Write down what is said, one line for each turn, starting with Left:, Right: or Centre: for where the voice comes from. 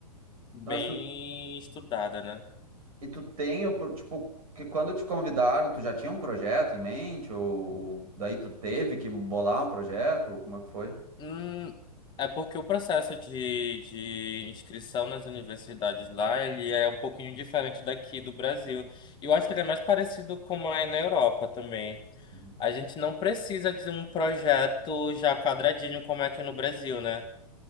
Left: bem
Right: mas tu,
Left: estudada, né?
Right: e tu tem, o pro- tipo, que quando te convidaram, tu já tinha um projeto em mente, ou, ou daí tu teve que bolar um projeto, ou como é que foi?
Left: Hum, é porque o processo de, de inscrição nas universidades lá, ele é um pouquinho diferente daqui do Brasil. E eu acho que ele é mais parecido como é na Europa também.
Right: Uhum.
Left: A gente não precisa de um projeto já quadradinho como é aqui no Brasil, né?